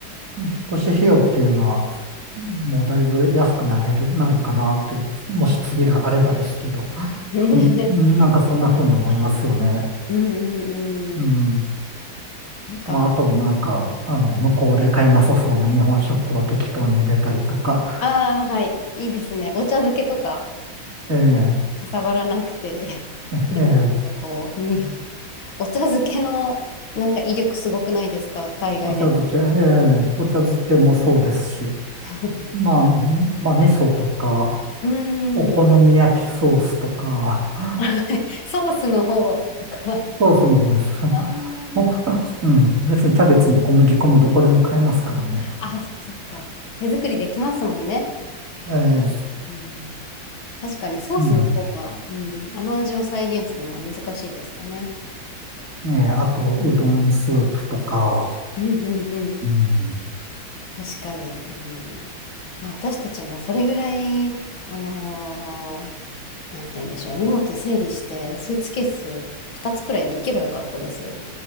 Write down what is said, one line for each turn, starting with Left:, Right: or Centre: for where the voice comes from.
Right: 引っ越し費用っていうのは、もうだいぶ安くなれる、なるかなって、もし次があればですけど。
Left: <laughs>
Right: うんうんなんかそんな風に思いますよね。
Left: ですね。うんう
Right: うん。
Left: んうん。なんか、
Right: まあ、あとなんか、あの、向こうで買いなさそうな日本食を適当に入れたりとか、
Left: ああ、はい。いいですね。お茶漬けとか、
Right: ええ
Left: かさばらなくて。<laughs>
Right: ええ
Left: でもなんかこう、にお茶漬けのなんか威力すごくないですか海外で食
Right: お茶漬け、ええお茶漬けもそうですし、
Left: べて。
Right: まあ、んまあ、味噌とか、
Left: <laughs> うん。
Right: お好み焼きソースとか、<laughs>
Left: <laughs> はいソースの方とか。
Right: ソースの方です。<laughs>
Left: あー
Right: おうん、別にキャベツも小麦粉もどこでも買えますからね。
Left: あ、そっか。手作りできますもんね。
Right: ええ
Left: うん、確かにソースの方が、
Right: うん。
Left: うん、あの味を再現するのは難しいですかね。
Right: ええあと、うどんスープとか、
Left: うんうんうん。
Right: うん。
Left: 確かに。うんまあ、私たちもそれぐらい、あのーなんて言うんでしょう。荷物整理して、スーツケース2つくらいで行けばよかったです。